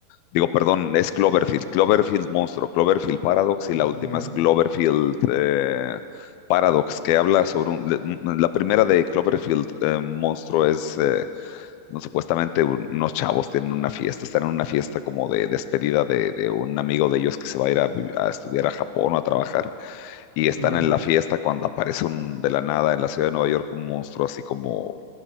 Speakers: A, on the left; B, on the left.
A: digo, perdón, es Cloverfield, Cloverfield Monstruo, Cloverfield Paradox,
B: Mm,
A: y la última
B: Ya,
A: es Cloverfield eh, Paradox, que habla sobre un- le- un- la primera de Cloverfield eh, Monstruo es, eh, no, supuestamente un- unos chavos tienen una fiesta, están en una fiesta como de despedida de, de un amigo de ellos que se va a ir a, vi- a estudiar a Japón o a trabajar y están
B: ya.
A: en la fiesta cuando aparece un, de la nada en la ciudad de Nueva York un monstruo así como